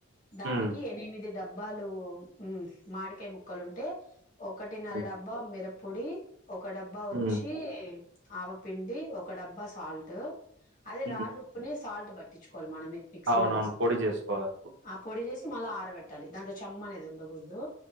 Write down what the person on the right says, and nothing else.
హ్మ్.
హ్మ్.
హ్మ్.
హ్మ్.
అవునవును.
పొడి చేసుకోవాలి.